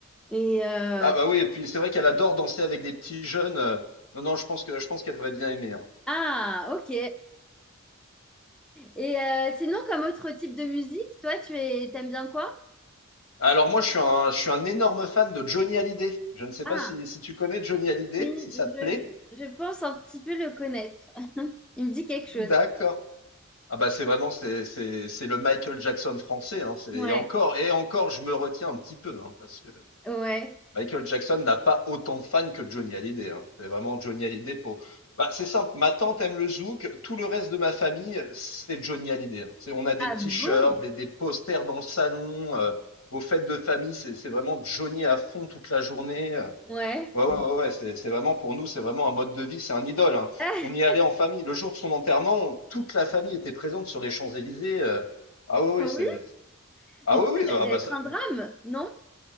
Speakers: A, in the centre; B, on the left.
A: Et euh,
B: Ah, bah oui, et puis c'est vrai qu'elle adore danser avec des petits jeunes. euh, Non, non, je pense que, je pense qu'elle devrait bien aimer, hein.
A: Ah, ok. Et euh, sinon, comme autre type de musique, toi, tu es... t'aimes bien quoi?
B: Alors, moi, je suis un, je suis un énorme fan de Johnny Hallyday. Je ne sais
A: Ah,
B: pas si, si tu connais Johnny Hallyday,
A: oui,
B: si ça
A: je,
B: te plaît.
A: je- je pense un petit peu le connaître. Il me dit quelque chose.
B: D'accord. Ah, bah, c'est vraiment, c'est, c'est, c'est le Michael Jackson français, hein. C'est,
A: Ouais.
B: et encore, et encore, je me retiens un petit peu, hein, parce que
A: Ouais.
B: Michael Jackson n'a pas autant de fans que Johnny Hallyday. hein. C'est vraiment Johnny Hallyday pour. Bah, c'est simple. Ma tante aime le zouk. Tout le reste de ma famille, c'est Johnny Hallyday. hein. C'est, on a des
A: Ah
B: t-shirts,
A: bon?
B: des, des posters dans le salon. euh, aux fêtes de famille, c'est, c'est vraiment Johnny à fond toute la journée. euh.
A: Ouais.
B: Ouais, ouais, ouais. ouais, c'est, c'est vraiment pour nous, c'est vraiment un mode de vie, c'est un idole. hein.
A: <laughs>
B: On y allait en famille. Le jour de son enterrement, toute la famille était présente sur les Champs-Élysées. euh. Ah oui,
A: Ah
B: oui, c'est.
A: oui?
B: Ah
A: Mais
B: oui,
A: du coup,
B: oui.
A: ça
B: ah
A: doit
B: bah
A: être
B: ça-
A: un drame, non?